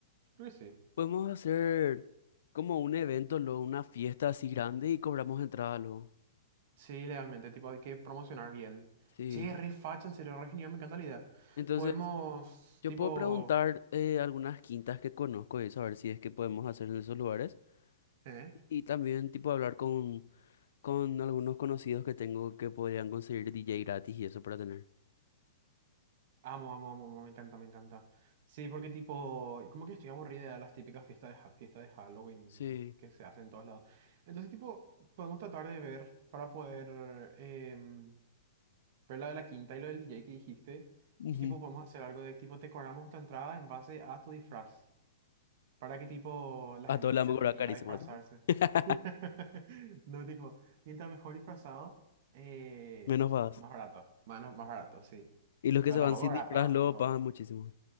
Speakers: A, on the right; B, on the left.
A: Yo creo que sí.
B: Podemos hacer como un evento, luego una fiesta así grande y cobramos entrada luego.
A: Sí, legalmente, tipo, hay que promocionar bien.
B: Sí.
A: Che, re facha, en serio, re genial, me encanta la idea.
B: Entonces,
A: Podemos,
B: yo
A: tipo...
B: puedo preguntar eh, algunas quintas que conozco y eso, a ver si es que podemos hacer en esos lugares.
A: ¿Eh?
B: Y también, tipo, hablar con con algunos conocidos que tengo que podrían conseguir DJ gratis y eso para tener.
A: Amo, amo, amo, amo, me encanta, me encanta. Sí, porque tipo, como que estoy aburrida de las típicas fiestas de, ha- fiestas de Halloween
B: Sí.
A: que se hacen en todos lados. Entonces, tipo, podemos tratar de ver para poder em, ver la de la quinta y lo del DJ que dijiste.
B: Ujú.
A: Y tipo, podemos hacer algo de tipo, decoramos tu entrada en base a tu disfraz. para que tipo la gente
B: A todos
A: también
B: les vamos
A: se motiva
B: a carísimo
A: a disfrazarse.
B: así. <laughs>
A: <laughs> No, tipo, mientras mejor disfrazado, eh,
B: Menos pagas.
A: más barato, más, no, más barato, sí.
B: Y los que
A: Pero
B: se
A: tampoco
B: van sin
A: barato,
B: disfraz luego
A: tipo,
B: pagan muchísimo.